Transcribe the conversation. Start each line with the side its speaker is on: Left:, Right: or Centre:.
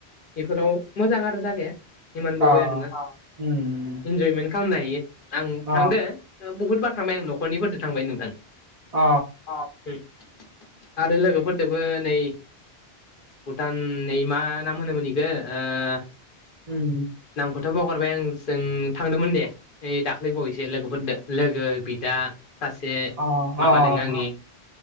Left: बेफोराव मोजां आरो जागाया इमानबो
Right: अ
Left: बया नङा
Right: उम
Left: इन्जयमेन्ट खालामनो हायो। आं
Right: अ
Left: थांदो बहुद बार थांबाय आं न'खरनिफोरजों थांबाय नोंथां।
Right: अ
Left: उम आरो लोगोफोरदोबो नै भुटान नैमा ना मोनो मोननिखौ ओ-
Right: उम
Left: नामखौथ' बावगारबाय आं जों थांदोंमोन दे। ओइ दाख्लैबावैसो लोगोफोरदो लोगो बिदा। सासे
Right: अ
Left: माबादों
Right: अ
Left: आंनि